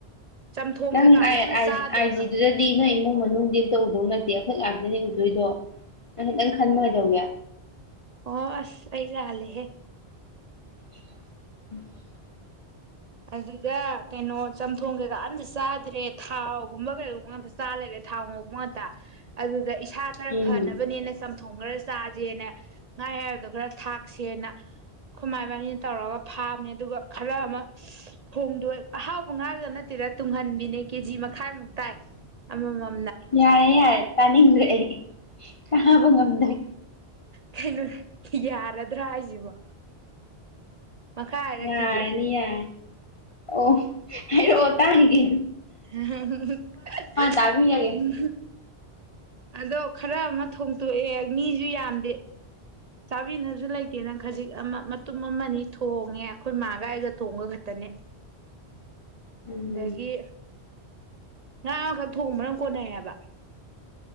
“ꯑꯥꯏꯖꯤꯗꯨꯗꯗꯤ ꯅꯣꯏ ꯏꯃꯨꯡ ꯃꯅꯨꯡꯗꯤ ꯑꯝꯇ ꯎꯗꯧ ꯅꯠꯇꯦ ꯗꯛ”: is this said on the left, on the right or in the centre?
Left